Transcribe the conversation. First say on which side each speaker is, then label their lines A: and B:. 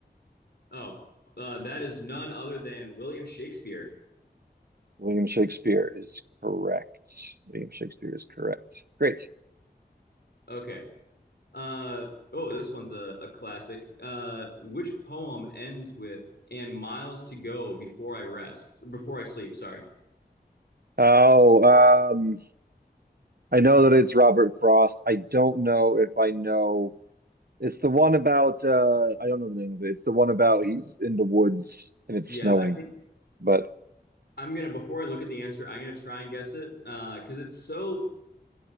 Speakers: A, on the left; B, on the right.
A: Oh, uh, that is none other than William Shakespeare.
B: William Shakespeare is correct. William Shakespeare is correct. Great.
A: Okay. Uh, oh, this one's a, a classic. Uh, which poem ends with "and miles to go before I rest, before I sleep"? Sorry.
B: Oh, um, I know that it's Robert Frost. I don't know if I know. It's the one about, uh, I don't know the name of it. It's the one about he's in the woods and it's
A: Yeah,
B: snowing.
A: I think
B: But
A: I'm gonna. Before I look at the answer, I'm gonna try and guess it Uh, because it's so